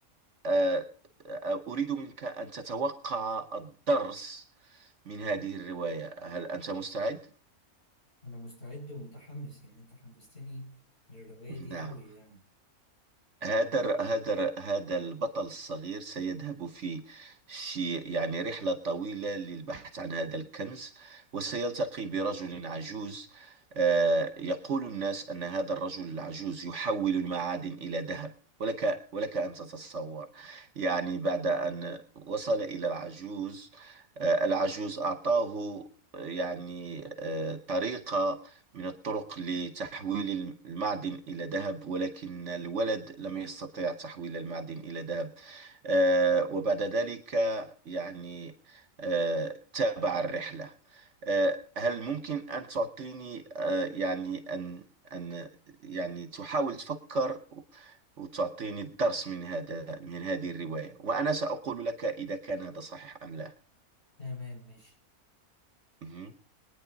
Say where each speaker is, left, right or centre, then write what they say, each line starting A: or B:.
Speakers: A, on the right; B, on the left.
A: آه، آه، أريد منك أن تتوقع الدرس من هذه الرواية هل أنت مستعد؟
B: أنا مستعد ومتحمس يعني أنت حمستني للرواية دي
A: نعم
B: أوي يعني
A: هذا الر- هذا الر- هذا البطل الصغير سيذهب في في يعني رحلة طويلة للبحث عن هذا الكنز وسيلتقي برجل عجوز آه، يقول الناس أن هذا الرجل العجوز يحول المعادن إلى ذهب ولك ولك أن تتصور يعني بعد أن وصل إلى العجوز آه، العجوز أعطاه آه، يعني آه، طريقة من الطرق لتحويل المعدن إلى ذهب ولكن الولد لم يستطع تحويل المعدن إلى ذهب آه، وبعد ذلك يعني آه، تابع الرحلة آه، هل ممكن أن تعطيني آه، يعني أن أن يعني تحاول تفكر وتعطيني الدرس من هذا من هذه الرواية وأنا سأقول لك إذا كان هذا صحيح أم لا
B: تمام ماشي
A: مهم.